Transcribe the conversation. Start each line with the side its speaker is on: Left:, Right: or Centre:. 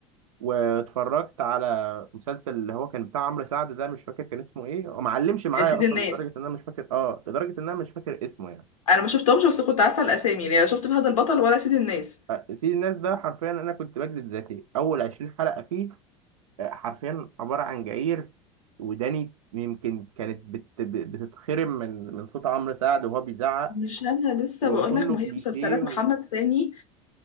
Right: واتفرجت على مسلسل اللي هو كان بتاع عمرو سعد ده مش فاكر كان اسمه ايه هو معلمش معايا
Left: يا سيد
Right: اصلا
Left: الناس
Right: لدرجه ان انا مش فاكر اه لدرجه ان انا مش فاكر اسمه يعني
Left: انا ما شفتهمش بس كنت عارفه الاسامي يعني لا شفت فهد البطل ولا سيد الناس
Right: أه، سيد الناس ده حرفيا انا كنت بجلد ذاتي اول 20 حلقه فيه حرفيا عبارة عن جعير وداني يمكن كانت بت... بتتخرم من من صوت عمرو سعد وهو بيزعق
Left: مش انا لسه
Right: وكله
Left: بقول لك ما
Right: كليشيه
Left: هي مسلسلات
Right: و...
Left: محمد سامي